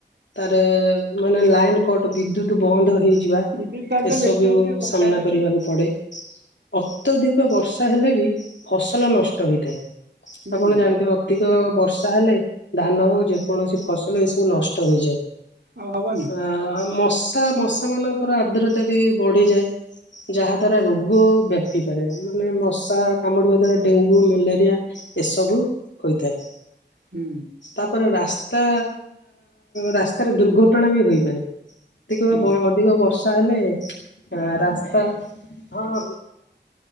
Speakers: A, on the left; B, on the right.
A: ତାର ମାନେ ଲାଇନ କଟ ବିଦ୍ୟୁତ ବନ୍ଦ ହେଇ ଯିବା
B: ବିଦ୍ୟୁତ କାଟ
A: ଏସବୁ
B: ବେଶୀ ହଉଛି ଆଉ ବର୍ଷା
A: ସାମ୍ନା
B: ହେଲାଠୁ
A: କରିବାକୁ
B: ଆଉ।
A: ପଡ଼େ। ଅତ୍ୟଧିକ ବର୍ଷା ହେଲେ ବି ଫସଲ ନଷ୍ଟ ହୋଇଥାଏ।
B: ହୁଁ
A: ଆପଣ ଜାଣିଥିବେ ଅଧିକ ବର୍ଷା ହେଲେ ଧାନ ହଉ ଯେକୌଣସି ଫସଲ ଏ ସବୁ ନଷ୍ଟ ହେଇଯାଏ
B: ଆଉ ହବନି।
A: ଆ ମ ତଥା ମଶା ମାନଙ୍କର ଆର୍ଦ୍ରତା ବି ବଢିଯାଏ ଯାହା ଦ୍ଵାରା ରୋଗ ବ୍ୟାପି ମାନେ ମଶା କାମୁଡିବା ଦ୍ଵାରା ଡେଙ୍ଗୁ ମ୍ୟାଲେରିଆ ଏସବୁ ହୋଇଥାଏ।
B: ହୁଁ।
A: ତାପରେ ରାସ୍ତା ରାସ୍ତାରେ ଦୁର୍ଘଟଣା ବି ହୋଇପାରେ। ଏତିକ
B: ହୁଁ
A: ଅଧିକ ବର୍ଷା ହେଲେ ରାସ୍ତା ହଁ।